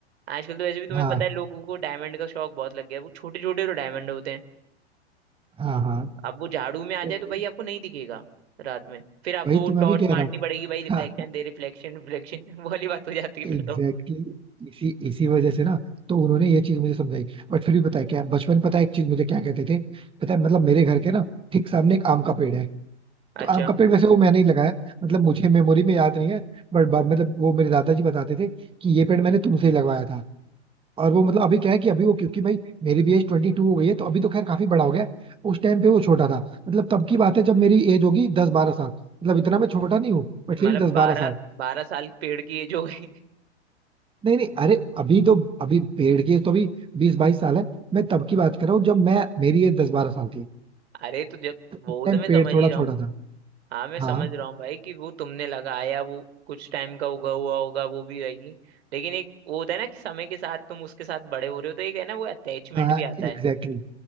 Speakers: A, on the right; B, on the right.
A: आजकल तो वैसे भी तुम्हें
B: हाँ
A: पता है लोगों को डायमंड का शौक बहुत लग गया है वो छोटे छोटे तो डायमंड होते हैं
B: हाँ हाँ
A: अब वो झाड़ू में आ
B: तो
A: जाए तो
B: वही
A: भाई आपको नहीं दिखेगा रात में फिर आपको
B: वही
A: वो
B: तो मैं
A: टॉर्च
B: भी कह
A: मारनी
B: रहा हूँ
A: पड़ेगी भाई रिफ्लेक्शन
B: हाँ।
A: दे रिफ्लेक्शन रिफ्लेक्शन <laughs> वाली बात हो जाती है
B: एग्जैक्टली
A: फिर तो
B: exactly, इसी इसी वजह से ना तो उन्होंने ये चीज मुझे समझाई बट फिर भी पता है क्या बचपन में पता है एक चीज मुझे क्या कहते थे पता है मतलब मेरे घर के ना ठीक सामने एक आम का पेड़ है
A: अच्छा
B: तो आम का पेड़ वैसे वो मैंने ही लगाया मतलब मुझे मेमोरी में याद नहीं है बट मतलब वो मेरे दादाजी बताते थे कि ये पेड़ मैंने तुमसे ही लगवाया था और वो मतलब अभी क्या है कि अभी वो क्योंकि भाई मेरी भी एज ट्वेंटी टू हो गई है तो अभी तो खैर काफी बड़ा हो गया है। उस टाइम पे वो छोटा था मतलब तब की बात है जब मेरी एज होगी दस बारह साल मतलब इतना मैं छोटा नहीं हूँ बट
A: मतलब
B: फिर भी दस
A: बारह
B: बारह साल
A: बारह साल पेड़ की एज हो गई
B: नहीं नहीं अरे अभी तो अभी पेड़ के तो अभी बीस बाईस साल है मैं तब की बात कर रहा हूँ जब मैं मेरी एज दस बारह साल थी
A: <laughs> अरे तो जब
B: तो
A: वो
B: उस टाइम
A: तो मैं
B: पेड़
A: समझ
B: थोड़ा
A: ही रहा
B: छोटा
A: हूँ
B: था
A: हाँ मैं समझ
B: हाँ
A: रहा हूँ भाई कि वो तुमने लगाया वो कुछ टाइम का उगा हुआ होगा वो भी रहेगी लेकिन एक वो होता है ना कि समय के साथ तुम उसके साथ बड़े हो रहे हो तो एक है ना वो अटैचमेंट
B: हाँ
A: भी आता
B: एग्जैक्टली
A: है
B: exactly.